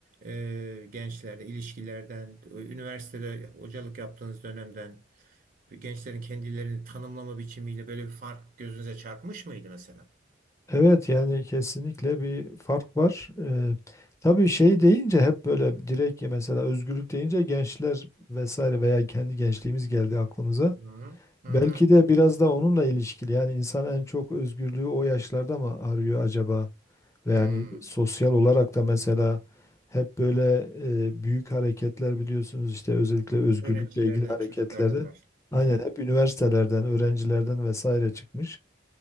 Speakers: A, on the right; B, on the left.
A: e, gençlerle ilişkilerden, üniversitede hocalık yaptığınız dönemden gençlerin kendilerini tanımlama biçimiyle böyle bir fark gözünüze çarpmış mıydı mesela?
B: Evet yani kesinlikle bir fark var. Ee, tabii şey deyince hep böyle direkt ya mesela özgürlük deyince gençler vesaire veya kendi gençliğimiz geldi aklımıza.
A: Hı hı. Hı
B: Belki
A: hı.
B: de biraz da onunla ilişkili. Yani insan en çok özgürlüğü o yaşlarda mı arıyor acaba? Ve
A: Hı.
B: yani sosyal olarak da mesela hep böyle e, büyük hareketler biliyorsunuz işte özellikle özgürlükle
A: Öğrencilerden,
B: ilgili hareketlerde.
A: çocuklardan var.
B: Aynen
A: Doğru.
B: hep üniversitelerden, öğrencilerden vesaire çıkmış.